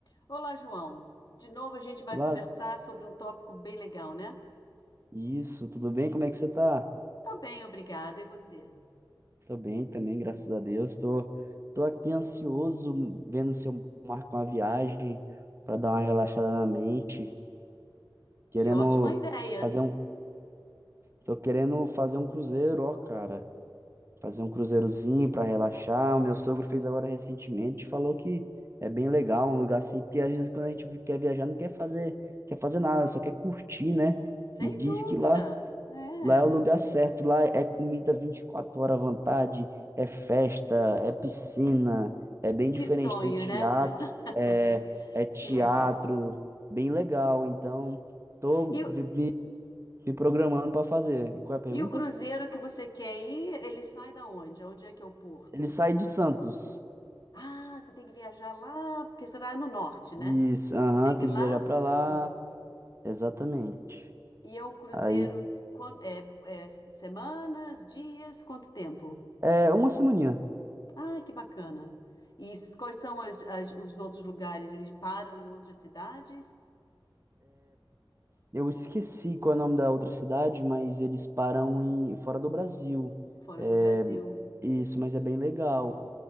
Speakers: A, on the left (about 50°); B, on the right (about 30°).
A: Olá, João. De novo a gente vai
B: Lá,
A: conversar sobre um tópico bem legal, né?
B: isso, tudo bem? Como é que você tá?
A: Tô bem, obrigada. E você?
B: Tô bem também, graças a Deus. Tô, tô aqui ansioso, vendo se eu marco uma viagem para dar uma relaxada na mente, querendo
A: Que ótima ideia!
B: fazer um, tô querendo fazer um cruzeiro, ó, cara. Fazer um cruzeirozinho para relaxar. O meu sogro fez agora recentemente, falou que é bem legal, um lugar assim, porque às vezes quando a gente quer viajar não quer fazer, quer fazer nada, só quer curtir, né?
A: Sem
B: E diz
A: dúvida.
B: que lá
A: É,
B: Lá é o lugar certo, lá é comida 24 horas à vontade, é festa, é piscina, é bem diferente,
A: que sonho,
B: tem teatro,
A: né? <laughs>
B: é, é teatro,
A: Que legal.
B: bem legal. Então, tô
A: E, o-
B: vi- me, me programando para fazer. Qual é a pergunta?
A: e o cruzeiro que você quer ir, ele sai da onde? Onde é que é o porto?
B: Ele sai de Santos.
A: Ah, você tem que viajar lá, porque você está no norte, né?
B: Isso, aham,
A: Você tem que
B: tem
A: ir lá
B: que viajar
A: para
B: para
A: o sul.
B: lá. Exatamente.
A: E é um cruzeiro,
B: Aí,
A: quan- é, é semanas, dias, quanto tempo?
B: é uma semaninha.
A: Ai, que bacana. E s- quais são as- as- os outros lugares? Eles param em outras cidades
B: Eu esqueci qual é o nome da outra cidade, mas eles param em fora do Brasil.
A: fora
B: É,
A: do Brasil.
B: isso, mas é bem legal.